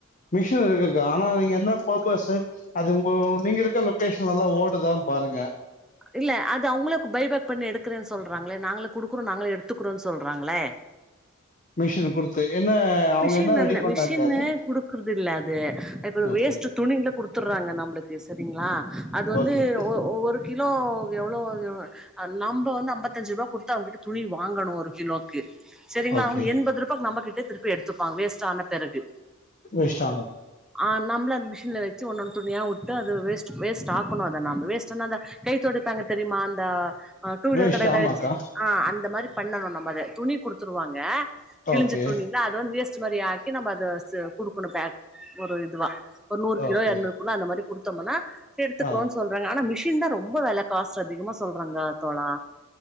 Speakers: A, on the left; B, in the centre.
A: மிஷின் இருக்குக்கா ஆனா நீங்க என்ன பர்பஸு அது உங்கோ நீங்க இருக்க லொக்கேஷன்ல எல்லாம் ஓடுதான் பாருங்க
B: இல்ல அது அவுங்களுக்கு பைபேக் பண்ணி எடுக்கிறேன் சொல்கிறாங்ளே நாங்களே கொடுக்குறோம் நாங்களே எடுத்துக்கிறோம்ன்னு சொல்லுறாங்ளே
A: மிஷின் குடுத்து என்ன அவங்க
B: மிஷின்
A: என்ன
B: அந்த
A: ரெடி பண்றாங்க்கா
B: மிஷினு
A: அது
B: குடுக்குறது இல்ல அது இப்ப
A: ஓகே
B: வேஸ்ட் துணிகள குடுத்துறாங்க நம்ளுக்கு சேரிங்களா அது வந்து
A: ஓகே
B: ஓ ஒவ்வோரு கிலோக்கு எவ்ளோ வாங்குவாங்க ஆ நம்ப வந்து அம்பத்தஞ்சு ரூவா குடுத்து அவங்கிட்ட துணி வாங்கணு ஒரு கிலோ க்கு சேரிங்களா
A: ஓகே
B: அவங்க எண்பது ரூபாக்கு நம்மகிட்டே திருப்பி எடுத்துப்பாங்க வேஸ்ட் ஆன பெறகு
A: வேஷ்டானது
B: ஆ நம்பளு அந்த மிஷின்ல வச்சு ஒன்னொன்னு துணியா வுட்டு அது வேஸ்ட் வேஸ்ட் ஆக்கணு அத நாம்ப வேஸ்டுனா அந்த கை தொடைப்பாங்க தெரியுமா அந்த ஆ டூ வீலர்
A: வேஸ்ட்
B: கடையில
A: ஆமாக்கா
B: வச்சு ஆ அந்த மாரி பண்ணணு நம்ம அத துணி குடுத்துருவாங்க கிழிஞ்சு
A: ஓகே
B: இல்ல அதோரு வேஸ்ட் மாரி ஆக்கி நம்ப அத ச குடுக்குணு பேக் ஒரு இதுவா ஒரு நூறு கிலோ
A: ஓகே
B: எரநூறு கிலோ அந்த மாரி குடுத்தோமுனா எடுத்துக்றோ
A: ஆ
B: சொல் றாங்க ஆனா மிஷின்தா ரொம்ப வெல காஸ்ட் அதிகமா சொல்றாங்க தோழா